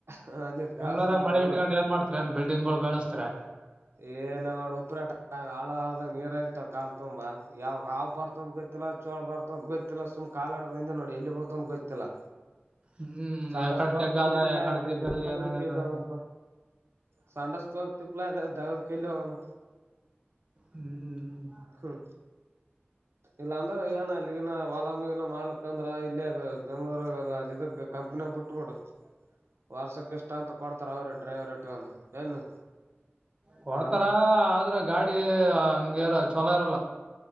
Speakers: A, on the right; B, on the right.
A: ಹ ನೀವ್
B: ಬೆಂಗ್ಳೂರಾಗ
A: ಕಳ್ಸ ನಾನ
B: ಮಳಿ
A: ಎಲ್ಲ
B: ಇಟ್ಕೊಂಡು ಏನ್ ಮಾಡ್ತಾರಿ ಏನ್ ಬಿಲ್ಡಿಂಗ್ ಗಳು ಬೆಳೆಸ್ತಾರೆ
A: ಏನ ನೋ ಉಪ್ರಟ ಆಳ ಆಳದಾಗ ನೀರ ಇರ್ತವ ಕಾಲ ತುಂಬಾ ಯಾವಾಗ ಹಾವ್ ಬರ್ತಂದ ಗೊತ್ತ ಗೊತ್ತಿಲ್ಲ ಚೋಳ ಬರ್ತ ಗೊತ್ತಿಲ್ಲ ಸುಮ್ ಕಾಲಡಿಂದ ಒಂದೆ ನೋಡ ಎಲ್ಲಿ ಬರ್ತಂತ ಗೊತ್ತಿಲ್ಲ
B: ಹ್ಮ್
A: ಸಂಡಸ್ಕ
B: ಯಕಡೆ
A: ಹೊಗಕ್ಲ
B: ಜಗ್ಗ ಅದ
A: ತಿಪ್ಪಲ
B: ಯಕಡೆ
A: ಅಗ್ಯಾದ
B: ದಿಬ್ಬದ
A: ಇಲ್ ದಗಧಕ್ಕ
B: ಏನಾಗ್ಯದ
A: ಎಲ್ಲಿ
B: ನಂಗ.
A: ಹೋಗಂಪ ಸಂಡಾಸಕೊಗಕ ತಿಪ್ಪಲಾಗೆದ ದಗದಕ ಎಲ್ಲ ಹೋಗಮ್ಮ
B: ಹ್ಮ್
A: ಹ್ಮ ಇಲ್ಲಾಂದ್ರ ಏನ್ ಇಲ್ಲಿಗಿನ ಹೊಲ ಇಲ್ಲ ಮಾಡ್ಲಿಕ ಅಂದ್ರ ಇಲ್ಲೇ ಬೆಂಗ್ಳೂರ ಅದ ಇದ್ದಕ ಕಂಪ್ನಿಗ ಬಿಟ್ ಬಿಡು ವರ್ಷಕ್ಕ ಇಷ್ಟ ಅಂತ ಕೊಡ್ತಾರ ಅವ್ರ ಡ್ರೈವರ್ ಇಟಗಂತ ಏನು
B: ಕೊಡ್ತಾರ
A: ಹಾ
B: ಆದ್ರೆ ಗಾಡಿ ಹಂಗೆರ ಚೊಲೋ ಇರಲ್ಲ